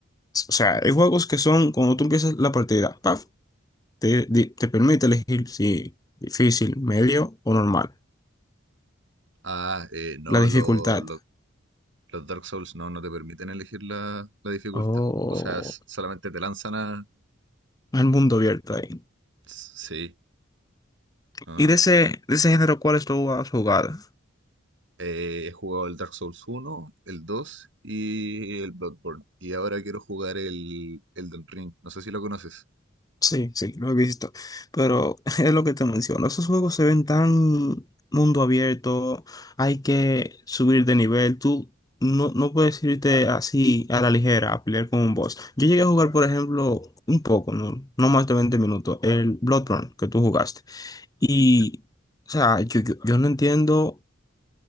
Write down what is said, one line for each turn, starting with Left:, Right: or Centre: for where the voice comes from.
Left: O sea, hay juegos que son cuando tú empiezas la partida, ¡paf! te, di- te permite elegir si difícil, medio o normal.
Right: Ah, eh, no,
Left: La dificultad.
Right: los Los Dark Souls no, no te permiten elegir la, la dificultad.
Left: Oh.
Right: O sea, s- solamente te lanzan a...
Left: El mundo abierto ahí.
Right: Sí, no,
Left: ¿Y
Right: no.
Left: de ese, de ese género, cuáles tú has jugado?
Right: Eh, he jugado el Dark Souls uno, el 2 y el Bloodborne. Y ahora quiero jugar el Elden Ring. No sé si lo conoces.
Left: Sí, sí, lo he visto. Pero <laughs> es lo que te menciono. Esos juegos se ven tan mundo abierto. Hay que subir de nivel. Tú no, no puedes irte así a la ligera a pelear con un boss. Yo llegué a jugar, por ejemplo, un poco, no, no más de 20 minutos, el Bloodborne que tú jugaste. Y,
Right: Ya.
Left: o sea, yo, yo, yo no entiendo.